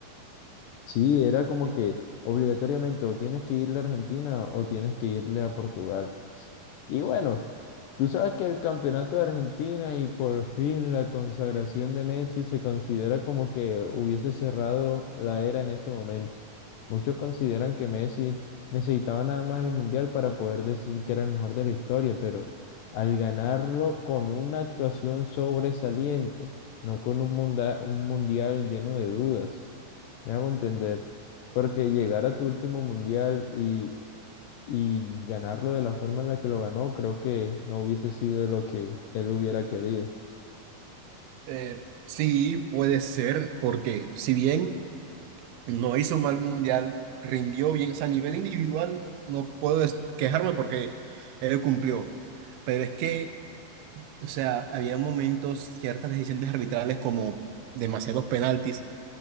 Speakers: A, on the left; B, on the right.
A: Sí, era como que obligatoriamente o tienes que irle a Argentina o tienes que irle a Portugal. Y bueno, tú sabes que el campeonato de Argentina y por fin la consagración de Messi se considera como que hubiese cerrado la era en ese momento. Muchos consideran que Messi necesitaba nada más el Mundial para poder decir que era el mejor de la historia, pero al ganarlo con una actuación sobresaliente, no con un munda- un Mundial lleno de dudas, me hago entender. Porque llegar a tu último mundial y y ganarlo de la forma en la que lo ganó, creo que no hubiese sido lo que él hubiera querido.
B: Eh, sí, puede ser, porque si bien no hizo un mal mundial, rindió bien, o sea, a nivel individual no puedo des- quejarme porque él cumplió, pero es que, o sea, había momentos, ciertas decisiones arbitrales como demasiados penaltis